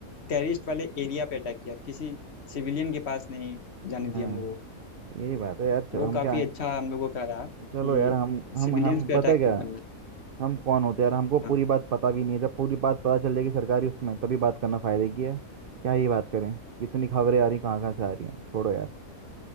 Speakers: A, on the left; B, on the right.
A: टेरिस्ट वाले एरिया पे अटैक किया किसी सिविलियन के पास नहीं जाने
B: हाँ,
A: दिया हम लोगों को
B: यही बात है यार चलो
A: वो
B: हम
A: काफ़ी
B: क्या है?
A: अच्छा हम लोगों का रहा
B: चलो
A: कि
B: यार हम हम
A: सिविलियंस
B: हम
A: पे
B: पता
A: अटैक
B: है क्या
A: क्यों करना
B: हम कौन होते हैं यार हमको पूरी
A: हाँ
B: बात पता भी नहीं है जब पूरी बात पता चल जाएगी सरकारी उसमें तभी बात करना फायदे की है क्या ही बात करें कितनी खबरें आ रही कहाँ कहाँ से आ रही हैं छोड़ो यार